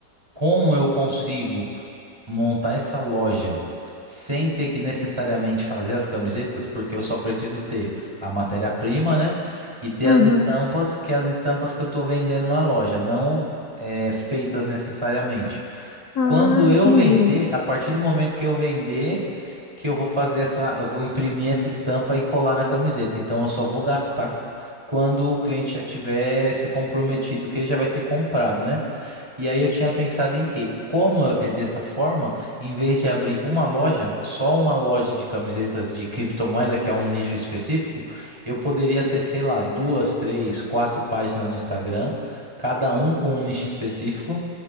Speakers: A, on the right; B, on the left.
A: Como eu consigo? montar essa loja sem ter que necessariamente fazer as camisetas, porque eu só preciso ter a matéria-prima, né? E ter
B: Uhum.
A: as estampas, que é as estampas que eu estou vendendo na loja, não é, feitas necessariamente.
B: Ah,
A: Quando
B: entendi.
A: eu vender, a partir do momento que eu vender, que eu vou fazer essa, eu vou imprimir essa estampa e colar na camiseta. Então eu só vou gastar quando o cliente já tiver se comprometido que ele já vai ter comprado, né? E aí eu tinha pensado em que, como é dessa forma, em vez de abrir uma loja, só uma loja de camisetas de criptomoeda, que é um nicho específico, eu poderia ter, sei lá, duas, três, quatro páginas no Instagram, cada um com um nicho específico